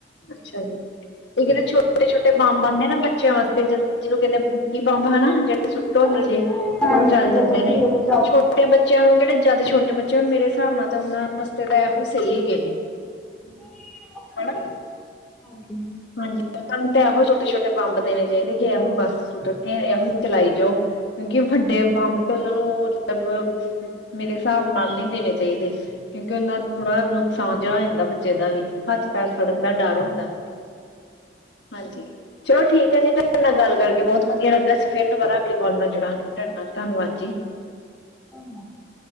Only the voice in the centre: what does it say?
ਹਾਂਜੀ,
ਚਲੋ
ਠੀਕ
ਹੈ,
ਹੂੰ।
ਹਾਂਜੀ।
ਧੰਨਵਾਦ।